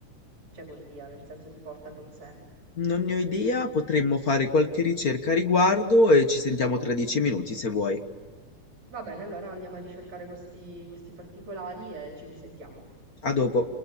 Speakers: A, on the right; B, on the left.
A: cioè voli via, nel senso ti porta con sé.
B: Non ne ho idea, potremmo fare qualche ricerca a riguardo e ci sentiamo tra dieci minuti se vuoi.
A: Va bene, allora andiamo a ricercare questi, questi particolari e ci risentiamo.
B: A dopo.